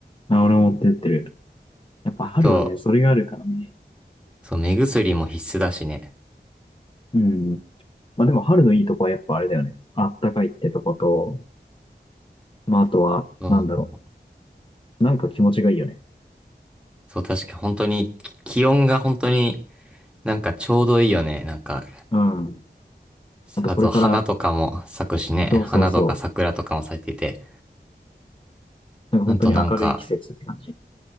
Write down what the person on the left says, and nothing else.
う、あ、俺も持ってってる。やっぱ春はね、
それがあるからね。
うん。まあでも春のいいとこはやっぱあれだよね。あったかいってとこと、まあ、あとは、
なんだろう。なんか気持ちがいいよね。
うん。あとこれから、
そうそうそう。
なんか本当に明るい季節って感じ。